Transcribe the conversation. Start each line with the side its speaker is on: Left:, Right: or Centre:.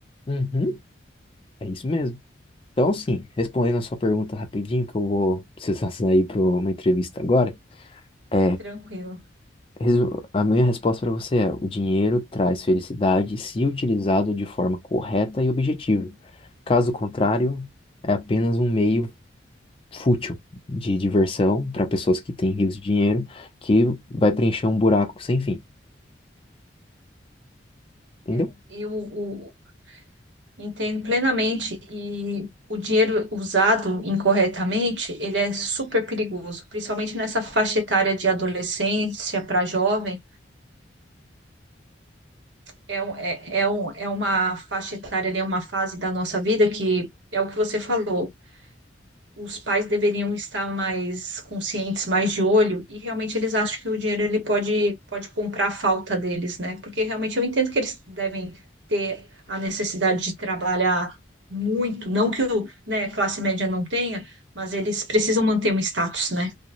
Left: Uhum, é isso mesmo. Então, sim. respondendo a sua pergunta rapidinho, que eu vou precisar sair para uma entrevista agora, é,
Right: Tranquilo.
Left: resu- a minha resposta para você é: o dinheiro traz felicidade se utilizado de forma correta e objetiva. Caso contrário, é apenas um meio fútil de diversão para pessoas que têm rios de dinheiro, que vai preencher um buraco sem fim, entendeu?
Right: É. E o, Entendo plenamente. E o dinheiro usado incorretamente, ele é super perigoso, principalmente nessa faixa etária de adolescência para jovem. É, um- é, é, um- é uma faixa etária, ali, é uma fase da nossa vida que é o que você falou. os pais deveriam estar mais conscientes, mais de olho, e realmente eles acham que o dinheiro ele pode, pode comprar a falta deles, né? Porque realmente eu entendo que eles devem ter a necessidade de trabalhar muito, não que o, né, classe média não tenha, mas eles precisam manter um status, né?